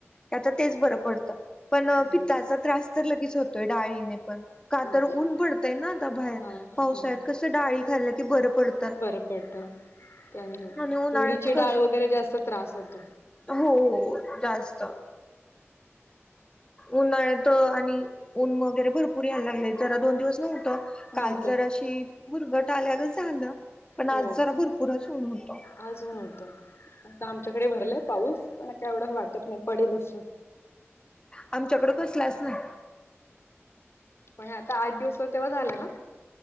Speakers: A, on the left (about 20°); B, on the left (about 60°).
A: त्यातआता तेच बरं पडतं पण
B: हम्म,
A: पित्ताचा त्रास तर लगेच होतोय डाळींने पण कातर
B: अच्छा
A: ऊन पडतयं नां आता बाहेर
B: हा
A: पावसाळ्यात
B: ह
A: कसं त डाळी खाल्लं की बरं पडत
B: बरं पडत त्या
A: आणि उन्हाळ्यात
B: तुरीची
A: कसं
B: डाळ वगैरे जास्त त्रास होतो.
A: हो हो जास्त उन्हाळ्यात आणि ऊन वगैरे भरपूर यायला लागलं जरा दोन दिवस नव्ह- त काल
B: नव्हतं
A: जराशी भुरगट आल्यागत झालं. पण आज
B: हो
A: जरा भरपूरच ऊन होत.
B: आज ऊन होत. आता आमच्याकडे भरलाय पाऊस, पण काय एवढं वाटत नाही पडेल असं.
A: आमच्याकडं कसलाचं नाय.
B: पण हे आता आठ दिवस हो तेव्हा झालं ना?